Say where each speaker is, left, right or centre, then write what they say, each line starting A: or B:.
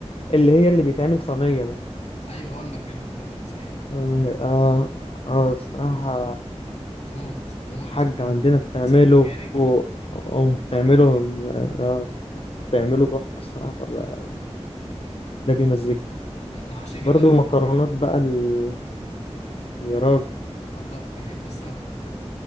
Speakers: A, on the left; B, on the left.
A: اللي هي اللي بيتعمل صينيه ده
B: ايوه هو الماكريل الماكريل بتعمل صينيه عادي
A: اه اه الصراحه
B: موت موت
A: الحاجة
B: بتعمل
A: عندنا بتعمله
B: سنجاري كده موت
A: أم بتعمله اه بتعمله تحفه الصراحه فبقى- ده بيمزجني
B: انا من عشاق
A: برضو
B: الاسماك
A: مكرونات بقى ال...
B: أمم.
A: يا راجل
B: والله انا بحب السمك موت انا